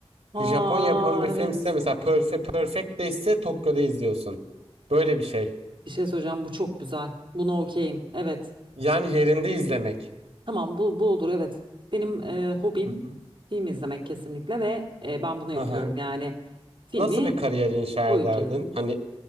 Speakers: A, on the right (about 80°); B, on the right (about 50°).
A: Japon
B: Aa
A: yapımı bir
B: evet.
A: filmse mesela Perfect, Perfect de ise Tokyo'da izliyorsun. Böyle bir şey.
B: Bir şey söyleyeceğim bu çok güzel. Buna okeyim. Evet.
A: Yani yerinde izlemek.
B: Tamam bu bu olur evet. Benim e, hobim
A: Hı hı.
B: film izlemek kesinlikle ve e, ben bunu yapıyorum.
A: Hı hı.
B: Yani filmi
A: Nasıl bir kariyer inşa
B: bu
A: ederdin?
B: ülkede.
A: Hani